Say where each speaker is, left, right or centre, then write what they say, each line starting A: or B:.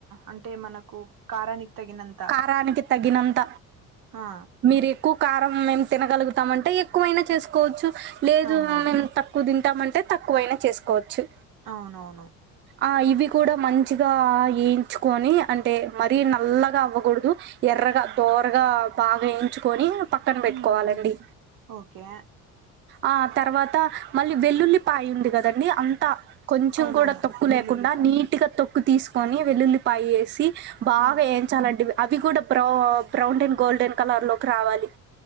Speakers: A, on the right; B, on the right.
A: అంటే మనకు కారానికి తగినంత
B: కారానికి తగినంత
A: హా
B: మీరు ఎక్కువ కారం మేము తినగలుగుతామంటే ఎక్కువైనా చేసుకోవచ్చు లేదు
A: అవునవును
B: ఆ మేము తక్ క్కువ తింటాము అంటే తక్కువైనా చేసుకోవచ్చు
A: అవునవును
B: ఆ ఇవి కూడా మంచిగా ఏంచుకొని అంటే మరీ నల్ల నల్లగ అవ్వకూడదు ఎర్రగా దోరగా బాగా వేయించుకొని పక్కన పెట్టుకోవాలండి
A: ఉమ్ ఉమ్ ఓకే
B: ఆ తర్వాత మళ్ళీ వెల్లుల్లి పాయి ఉంది కదండి అంతా కొంచెం
A: అవునవును
B: కూడా తొక్కు
A: వెల్లుల్లిపాయ
B: లేకుండా నీట్ గా తొక్కు తీసుకొని వెల్లుల్లిపాయ వేసి బాగా
A: ఆ
B: ఏంచాలండి అవి కూడా బ్రౌ బ్రౌన్ అండ్ గోల్డెన్ కలర్ లోకి రావాలి